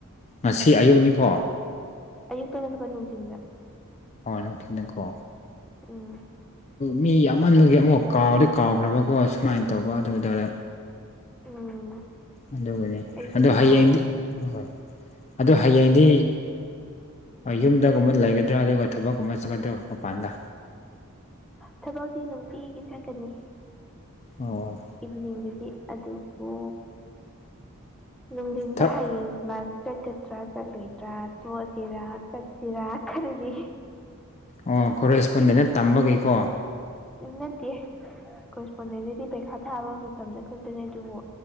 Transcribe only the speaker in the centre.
ꯑꯌꯨꯛ ꯇꯠꯇꯕ ꯅꯨꯡꯗꯤꯟꯗ
ꯎꯝ
ꯎꯝ
ꯑꯩꯁꯨ
ꯀꯥꯎꯈ꯭ꯔꯦ
ꯊꯕꯛꯗꯤ ꯅꯨꯡꯇꯤꯒꯤ ꯆꯠꯀꯅꯤ
ꯏꯚꯤꯅꯤꯡ ꯑꯗꯨꯕꯨ ꯅꯨꯡꯊꯤꯟꯗ
ꯍꯌꯦꯡ ꯀ꯭ꯂꯥꯁ ꯆꯠꯀꯗ꯭ꯔꯥ ꯆꯠꯂꯣꯏꯗ꯭ꯔꯥ ꯇꯣꯛꯑꯁꯤꯔꯥ ꯆꯠꯁꯤꯔꯥ ꯈꯜꯂꯤ
ꯎꯝ ꯅꯠꯇꯦ ꯀꯦꯁꯄꯣꯟꯗꯦꯟꯗꯗꯤ ꯄꯩꯈꯥ ꯊꯥꯕ ꯃꯇꯝꯗ ꯈꯛꯇꯅꯦ ꯑꯗꯨꯕꯨ